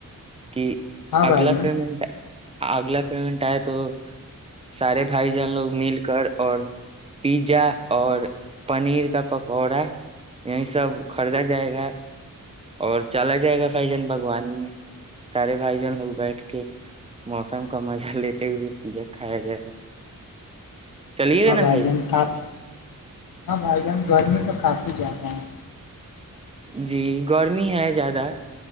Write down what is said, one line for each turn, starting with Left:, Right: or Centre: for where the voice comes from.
Right: کہ
Left: ہاں بھائی
Right: اگلا
Left: جان
Right: پیمنٹ ہے اگلا پیمنٹ آئے تو سارے بھائی جان لوگ مل کر اور پیزا اور پنیر کا پکوڑا یہیں سب خریدا جائے گا اور چلا جائے گا بھائی جان باگوانی میں سارے بھائی جان لوگ بیٹھ کے موسم کا مزہ لیتے ہوئے پزا کھایا جائے گا چلیے
Left: ہاں
Right: گا نا
Left: بھائی جان کاف ہاں بھائی جان گرمی کا کافی جگہ ہیں
Right: جی گرمی ہے زیادہ